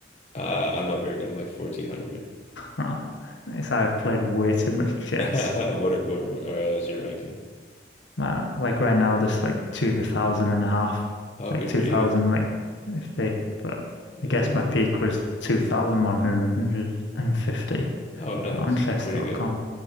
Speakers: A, on the left (about 35°); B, on the left (about 80°).
A: Uh, I'm not very good. I'm like 1400.
B: Oh, it's I've played way too much
A: <laughs>
B: chess.
A: What are- what uh, is your ranking?
B: Uh, like right now, there's like 2,000 and a half,
A: Oh,
B: like
A: good
B: 2,000,
A: for you.
B: like 50. But I
A: Yeah.
B: guess my peak was 2,150
A: Oh, nice.
B: on chess.com.
A: You're pretty good.